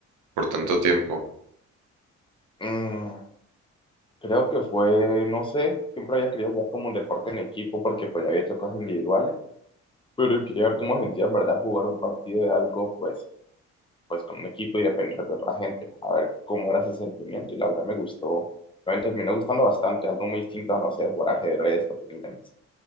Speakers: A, on the right; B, on the left.
A: por tanto tiempo?
B: Mm, creo que fue, no sé, siempre había querido jugar como un deporte en equipo porque pues ya había hecho cosas individuales, pero quería ver cómo sentía en verdad jugar un partido de algo pues pues con un equipo y depender de otra gente, a ver cómo era ese sentimiento y la verdad me gustó, me terminó gustando bastante, algo muy distinto a, no sé, jugar ajedrez o tenis de mesa.